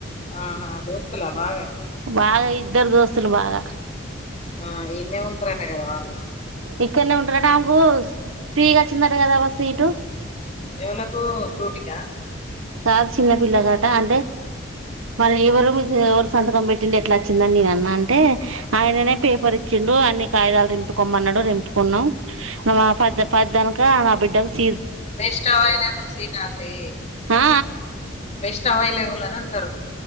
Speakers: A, on the left; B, on the right.
A: ఆహా దోస్తల బాగ
B: బాగ ఇద్దరు దోస్తులు బాగ
A: ఆ ఈన్నే ఉంటారట కదా వాళ్ళు
B: ఇక్కడనే ఉంటరట ఆమెకు ఫ్రీగా వచ్చిందట కదాబ్బ సీటు
A: ఎవలకు ఫ్రూటికా
B: కాదు చిన్నపిల్లకట అంటే మరి ఎవరు మీకు ఎవరి సంతకం పెట్టింది ఎట్లా అచ్చిందని నేను అన్నా అంటే ఆయననే పేపర్ ఇచ్చిండు అన్ని కాగిదాలు రింపుకోమ్మన్నాడు రింపుకున్నాం నువ్వు పది పద్దానుక నా బిడ్డకు see
A: best available seat aunty
B: ఆ
A: బెస్ట్ అవైలబుల్ అని అంటరు